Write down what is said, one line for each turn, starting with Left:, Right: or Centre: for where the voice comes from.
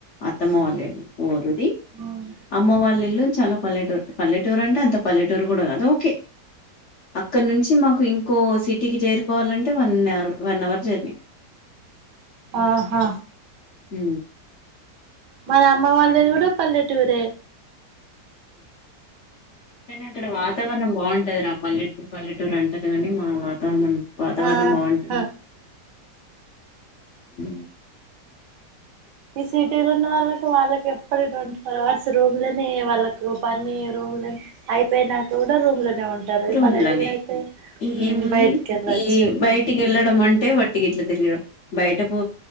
Left: అత్తమ్మ వాళ్ళ ఊరది
Right: ఉమ్
Left: అమ్మ వాళ్ళ ఇల్ళు చాలా పల్లెటూరు పల్లెటూరు అంటే అంత పల్లెటూరు కూడా కాదు ఓకే అక్కడ నుంచి మాకు ఇంకో సిటీకి చేరుకోవాలంటే one or one hour journey
Right: ఆహా
Left: హ
Right: మన అమ్మ వాళ్ళది కూడా పల్లెటూరే
Left: కానీ అక్కడ వాతావరణం బాగుంటు అ ఆ పల్లెటూరు పల్లెటూరు అంటారు కాని మా వాతావరణం వాతావరణం
Right: ఆహా
Left: బాగుంటది హ
Right: ఈ సిటీ ఉన్న వాళ్ళకి వాళ్ళకి ఎప్పుడు ట్వంటీ ఫోర్ అవర్స్ రూమ్ లోనే వాళ్ళకు పని రూమ్లని అయిపోయినాక కూడా రూమ్ లో లో ఉంటారు ఈ
Left: రూమ్
Right: పల్లెటులో
Left: లోనే
Right: అయితే
Left: ఏముంది
Right: బయటికి వెళ్ళొచ్చు
Left: ఈ బయటికి వెళ్ళడం అంటే వట్టిగ ఇట్లా తిరగడం బయటపు